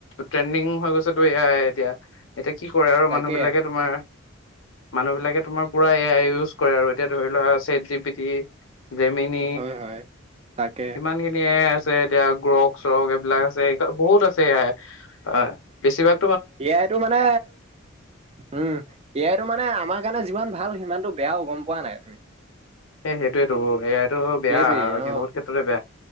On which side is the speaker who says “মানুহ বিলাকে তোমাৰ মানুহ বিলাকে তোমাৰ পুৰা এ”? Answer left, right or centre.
Left